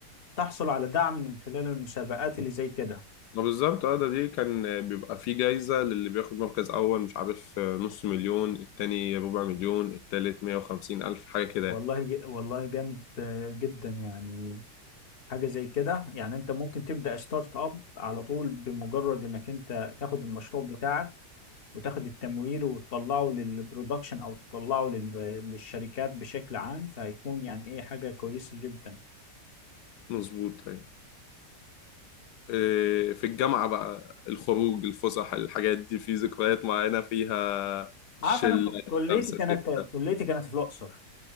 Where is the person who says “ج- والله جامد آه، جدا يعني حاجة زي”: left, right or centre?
Left